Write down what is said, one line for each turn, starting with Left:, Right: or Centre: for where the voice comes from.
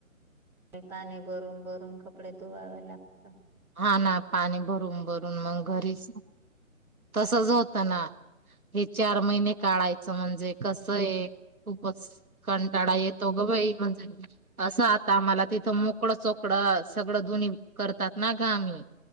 Centre: पाणी भरून भरून कपडे धुवावे लागतात.
Right: हा ना पाणी भरून भरून मग घरीच तसच होत. ना हे चार महिने काढायचं म्हणजे कस आहे खूपच कंटाळा येतो ग बाई. म्हणजे असं आता आमला तिथं मोकळं चोकड सगळं दोनी करतात. ना गं आम्ही